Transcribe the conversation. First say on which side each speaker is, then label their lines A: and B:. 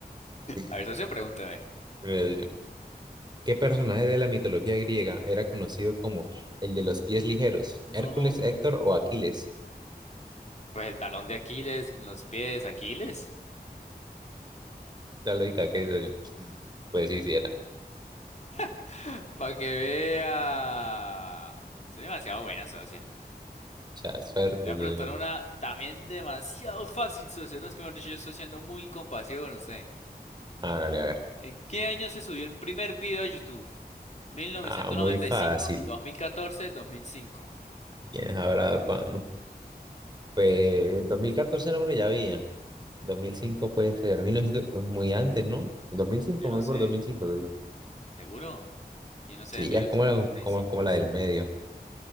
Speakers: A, on the right; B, on the left.
A: <laughs>
B: A ver, socio, pregúnteme.
A: Mire, socio, ¿Qué personaje de la mitología griega era conocido como el de los pies ligeros?
B: No.
A: ¿Hércules, Héctor o Aquiles?
B: Pues el talón de Aquiles, los pies, Aquiles.
A: la lógica que eso yo. Mm. Pues hiciera.
B: <gasps> <laughs> Para que vea. Yo soy demasiado buena, socia.
A: Ya, suerte,
B: Le voy a
A: eso
B: preguntar
A: yo.
B: una también demasiado fácil, socio. No es que me han dicho, yo estoy siendo muy compasivo con usted.
A: Hágale, a ver.
B: ¿En qué año se subió el primer video a YouTube? Mil mil novecientos
A: Ah, muy
B: noventa
A: fácil.
B: y cinco, dos mil catorce, dos mil cinco.
A: ¿Quién sabrá cuándo? Pues en 2014 no, porque ya había. dos mil cinco puede ser. 1900, pues, muy antes, ¿no? dos mil cinco
B: Yo
A: voy
B: no sé,
A: por 2005. socio.
B: ¿seguro? Yo no sé
A: Sí,
B: de mil
A: ya
B: novecientos
A: es como la,
B: noventa
A: como,
B: y cinco.
A: como la del medio.